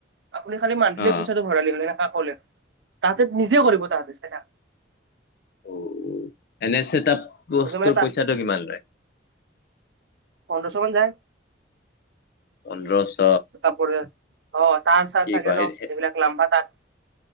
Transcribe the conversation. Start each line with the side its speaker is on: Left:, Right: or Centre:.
Right: আপুনি খালি মান্থলি
Left: অ
Right: পইচাটো ভৰালি হ'লে, এনেকে ক'লে তাহাঁতে নিজে কৰিব, তাহাঁতে চ
Left: অঁ এনে চেটাপ বস্তুৰ
Right: সেইটো মানে তাৰ
Left: পইচাটো কিমান লয়?
Right: পোন্ধৰশ মান যায়।
Left: পোন্ধৰশ।
Right: অঁ তাঁৰ চাহ
Left: কি
Right: থাকে
Left: কোৱা
Right: ন,
Left: সেই- সেই-
Right: এইবিলাক লাম্বা তাঁৰ।